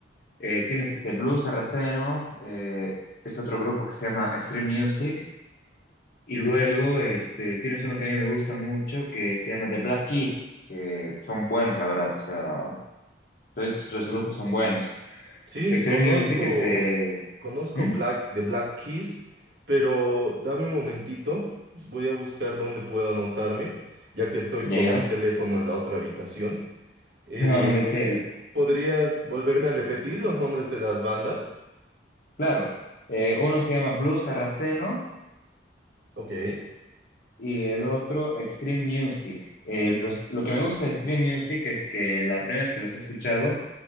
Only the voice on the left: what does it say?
Eh, tienes este Blues Sarraceno, eh, es otro grupo que se llama Extreme Music. Y luego este, tienes uno que a mí me gusta mucho que se llama The Black Keys, que son buenos, la verdad. O sea, todos estos tres grupos son buenos.
Extreme
Music, este.
¿Mm?
¿Ya,
ya?
<laughs>
No, metele.
Claro. Eh, uno se llama Blues Sarraceno
y el otro Extreme Music. Eh, los- lo que me gusta de Extreme Music es que la primera vez que los he escuchado,